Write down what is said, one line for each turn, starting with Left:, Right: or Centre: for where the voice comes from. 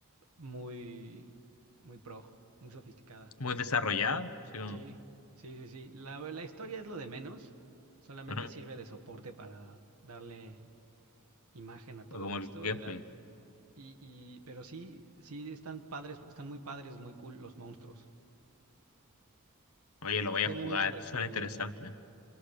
Right: muy, muy pro, muy sofisticada.
Left: muy desarrollado. Sí, como
Right: Sí, sí, sí, sí. La, la historia es lo de menos, solamente
Left: ajá,
Right: sirve de soporte para darle imagen a todo
Left: o como
Right: esto
Left: el gameplay.
Right: y dar... Y, y, pero sí, sí están padres, están muy padres, muy cool los monstruos.
Left: Oye, lo voy
Right: Tiene
Left: a jugar,
Right: mucha rejugabilidad.
Left: suena interesante.